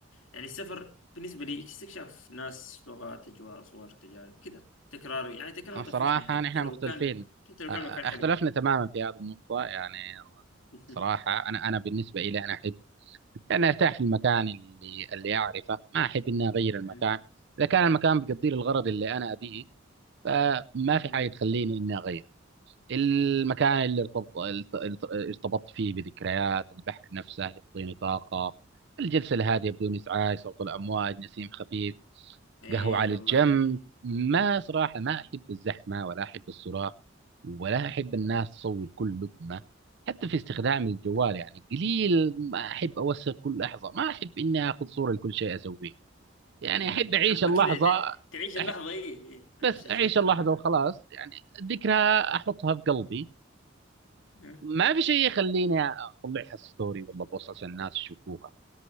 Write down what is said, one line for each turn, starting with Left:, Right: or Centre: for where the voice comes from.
Left: يعني السفر بالنسبه لي استكشاف ناس لغات اجواء صور تجارب كذا تكرار يعني تكرار طفشني
Right: صراحة
Left: حتى
Right: نحن
Left: لو
Right: مختلفين
Left: كان
Right: أ-
Left: حتى لو كان مكان
Right: اختلفنا
Left: حلو
Right: تماما في هذه النقطة يعني
Left: <laughs>
Right: صراحة أنا أنا بالنسبة إلي أنا أحب أن أرتاح في المكان اللي اللي أعرفه ما أحب إني أغير المكان
Left: مم.
Right: إذا كان المكان بيقضي لي الغرض اللي أنا أبيه فما في
Left: مم.
Right: حاجة تخليني إني أغيره المكان اللي ارتبط الت- الت- ارتبطت فيه بذكريات البحر نفسه يعطيني طاقة الجلسة الهادئة بدون إزعاج صوت الأمواج نسيم خفيف
Left: ايه
Right: قهوة على
Left: والله
Right: الجنب ما صراحة ما أحب الزحمة ولا أحب الصراخ ولا أحب الناس تصور كل لقمة حتى في استخدام الجوال
Left: مم.
Right: يعني قليل ما أحب أوثق كل لحظة ما أحب إني آخذ صورة لكل شيء أسويه يعني
Left: ايه
Right: أحب أعيش
Left: احب
Right: اللحظة
Left: كذا ت... تعيش اللحظه
Right: أح-
Left: ايه ايه
Right: بس
Left: نفس الشيء
Right: أعيش
Left: اتكلم
Right: اللحظة
Left: عنها
Right: وخلاص يعني ذكرى أحطها في قلبي
Left: مم.
Right: ما في شيء يخليني أطلعها ستوري ولا بوست عشان الناس يشوفوها